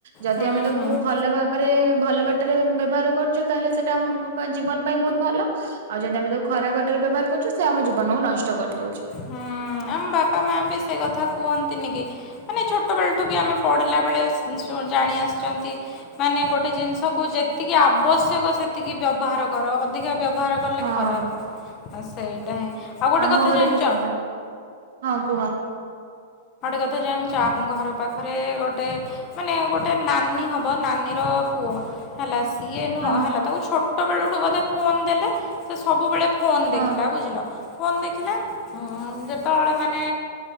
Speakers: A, on the right; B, on the left.
A: ଯଦି
B: ହୁଁ
A: ଆମେ ତାକୁ
B: ହୁଁ।
A: ଭଲ ଭାବରେ ଭଲ ବାଟରେ ବ୍ୟବହାର କରୁଛୁ। ତାହେଲେ ସେଇଟାମ ଜୀବନ ପାଇଁ ବହୁତ ଭଲ ଆଉ ଯଦି ଆମେ ତାକୁ ଖରାପ ବାଟରେ ବ୍ୟବହାର କରୁଛୁ ସେ ଆମ ଜୀବନକୁ ନଷ୍ଟ ଷ୍ଟ କରିଦଉଛି।
B: ହୁଁ ଆମ ବାପା ମା ବି ସେଇ କଥା କୁହନ୍ତି। ଦତିନିକି ମାନେ ଛୋଟବେଳଠୁ ବି ଆମେ ପଢ଼ିଲା ବେଳେ ଜାଣି ଆସିଛନ୍ତି ମାନେ ଗୋଟେ ଜିନିଷକୁ ଯେତିକି ଆବଶ୍ୟକ ସେତିକି ବ୍ୟବହାର କର ଅଧିକା ବ୍ୟବହାର କଲେ
A: ହଁ।
B: ଖରାପ ସେଇଟା ହିଁ ଆଉ ଗୋଟେ
A: ଆମ
B: କଥା
A: ଘରେ
B: ଜାଣି
A: ବି
B: ଗଟେ
A: ସବୁବେଳେ ହଁ କୁହ
B: କଥା ଜାଣିଛ ଆମ ଘର ତା ପାଖରେ ଗୋଟେ ମାନେ ଗୋଟେ ନାନୀ ହେବ ନାନୀର ପୁଅ ହେଲା। ସିଏ ନୁହଁ
A: ହଁ ହଁ
B: ହେଲା ତାକୁ ଛୋଟବେଳଠୁ ବୋଧେ ଫୋନ ଦେଲେ ସେ ସବୁବେଳେ ଫୋନ
A: ହଁ
B: ଦେଖିଲା ବୁଝିଲ ଫୋନ୍ ଦେଖିଲା। ହଁ ଯେତେବେଳେ ମାନ ମାନେ